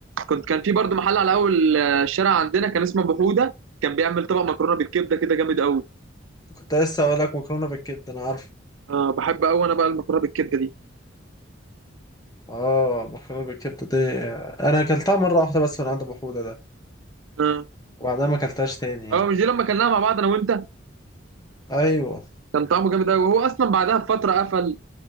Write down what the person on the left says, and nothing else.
كنت لسه اقول لك مكرونه بالكبده انا عارف
اه مكرونه بالكبده دي انا اكلتها مره واحده بس من عند ابو حوده ده
وبعدها ما اكلتهاش تاني يعني
ايوه